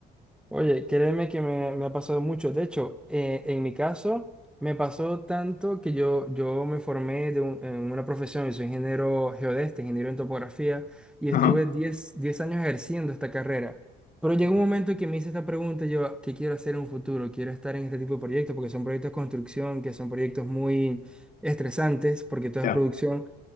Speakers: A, in the centre; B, on the left.
A: Oye, créeme que me, me ha pasado mucho. De hecho, eh, en mi caso, me pasó tanto que yo, yo me formé de un- en una profesión, yo soy ingeniero geodesta, ingeniero en topografía, y estuve
B: Ajá.
A: diez diez años ejerciendo esta carrera. Pero llegó
B: Vale.
A: un momento que me hice esta pregunta, yo, ¿qué quiero hacer en un futuro? ¿Quiero estar en este tipo de proyectos? Porque son proyectos de construcción, que son proyectos muy estresantes, porque todo
B: Ya,
A: es producción.